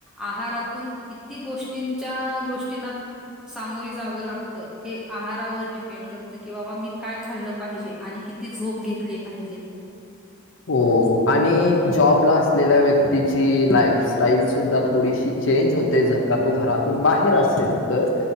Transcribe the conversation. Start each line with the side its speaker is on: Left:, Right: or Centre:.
Centre: आहारातून किती गोष्टींच्या गोष्टीना सामोरी जावं लागतं हे आहारावर डिपेंड करतं, की बाबा मी काय खाल्ल पाहिजे आणि किती झोप घेतली पाहिजे.
Left: हो आणि जॉबला असलेल्या व्यक्तीची लाईफ स्टाईल सुद्धा थोडीशी चेंज होते जर का तो घरातून बाहेर असेल तर